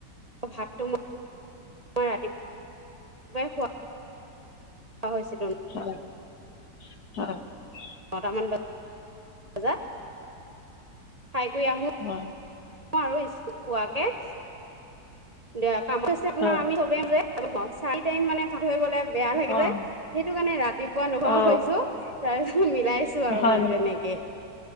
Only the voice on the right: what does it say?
ভাতটো মই <unintelligible> ৰাতিপুৱাই খুৱা <unintelligible> হৈছিলোঁ।
নটামান বজাত খাই কৰি আহো
আৰু <unintelligible> পোৱাকে। দিয়া <unintelligible> আপোনাৰ
আমি <unintelligible> মানে <unintelligible> থৈ গ'লে বেয়া লাগে
যে সেইটো কাৰণে ৰাতিপুৱা নোখোৱা
হৈছো, তাৰপিছত মিলাইছো আৰু
মানে
তেনেকে।